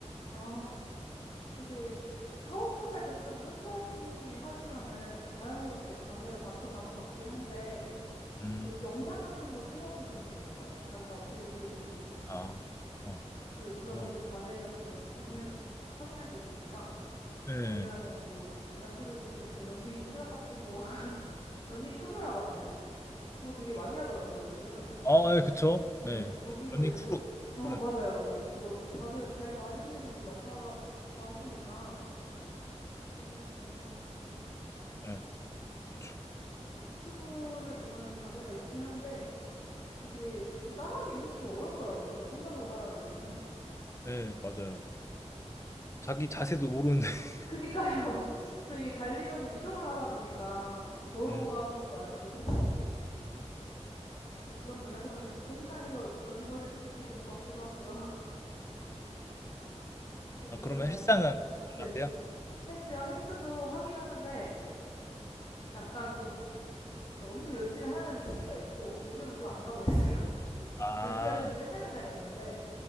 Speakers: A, on the left (about 45°); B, on the left (about 25°).
A: 아, 그게 처음 시작할 때 좀 천천히 하시면은 자연스럽게 자세가 잡혀가는 것 같긴 한데
B: 음,
A: 그 영상 같은 거 찍어보시면 되게 좋아요. 자기가 어떻게 뛰는지.
B: 아, 어,
A: 그,
B: 그렇구나.
A: 그러면 좀 자세 같은 걸 보긴, 할- 하- 확인할 수 있으니까.
B: 예, 예.
A: 아니면은 뭐, 말씀해주신 그 런닝 클럽 같은 거, <laughs> 런닝 크루라고 하나요? 그거 되게 많이 하더라고요, 요즘.
B: 아, 예, 그쵸.
A: 네,
B: 예,
A: 거기서
B: 런닝
A: 이제
B: 크루
A: 또, 어,
B: 그런,
A: 맞아요, 맞아요. 그거 자주 잘 봐주시는 분들 많다고 하시니까 그런 것도 괜찮은 것 같고.
B: 예,
A: 네.
B: 그쵸.
A: 유튜브를 보면은 자세가 있긴 한데 그게 좀 따라하기는 솔직히 어렵더라고요. 그냥 혼자서 따라하기는.
B: 예, 맞아요. 자기 자세도 모르는데. <laughs>
A: 그니까요. <laughs> 또 이게 달리면서 이동을 하다 보니까 뭐 거울
B: 음,
A: 보고 하는 것도 아니고 사실. 그래서 그런 면에서는 헬스장에서 러닝머신 뛰는 게 좋은 것 같기도 하고요. <laughs> 그래도
B: 아,
A: 요즘은
B: 그러면
A: 날씨가
B: 헬스장은
A: 좋으니까.
B: 안
A: 네.
B: 가세요?
A: 헬스요. 헬스도 하긴 하는데 약간 좀 그러니까 엄청 열심히 하는 시기가 있고 요즘은 좀 안 가고 있어요. <laughs>
B: 아,
A: 열심히 할 때는 맨날 맨날 갔는데